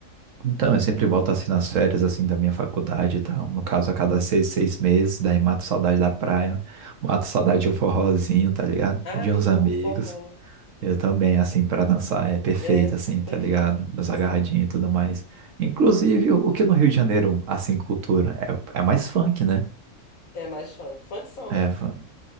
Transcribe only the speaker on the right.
Então, eu sempre volto assim nas férias, assim, da minha faculdade e tal. No caso, a cada seis, seis meses, daí mato saudade da praia, mato saudade de um forrozinho, tá ligado?
De
uns amigos.
Eu também, assim, pra dançar é perfeito,
assim, tá
ligado? Dançar
agarradinho
e tudo mais. Inclusive, o, o que no Rio de Janeiro, assim, cultura, é, é mais funk, né?
É, fa-